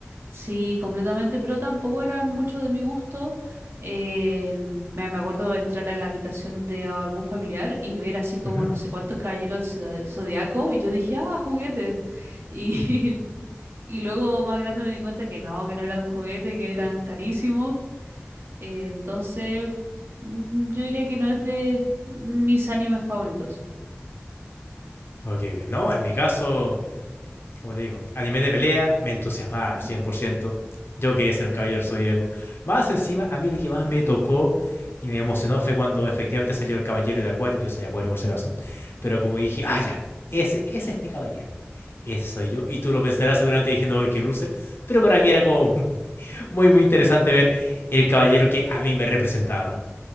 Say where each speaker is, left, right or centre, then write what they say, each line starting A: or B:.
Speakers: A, on the right (about 65°); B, on the left (about 60°).
A: Sí, completamente, pero tampoco eran mucho de mi gusto. Eh, me me acuerdo de entrar a la habitación de algún familiar y ver así como
B: Ujú.
A: no sé cuántos caballeros del Zodía- zodiaco y yo dije, ah, juguetes. Y, <laughs> y luego más grande me di cuenta que no, que no eran juguetes, que eran carísimos. Eh, entonces, mm, yo diría que no es de mis animes favoritos.
B: Ok, ok. No, en mi caso, como te digo, anime de pelea, me entusiasmaba
A: Ujú.
B: al 100%. Yo quería ser un caballero zodíaco. Más encima, a mí lo que más me tocó y me emocionó fue cuando efectivamente salió el caballero de Acuario. Yo soy Acuario por si acaso. Pero como dije, ah, ya, ese, ese es mi caballero. Ese soy yo. Y tú lo pensarás seguramente diciendo, hoy que loser. Pero para mí era como <laughs> muy, muy interesante ver el caballero que a mí me representaba.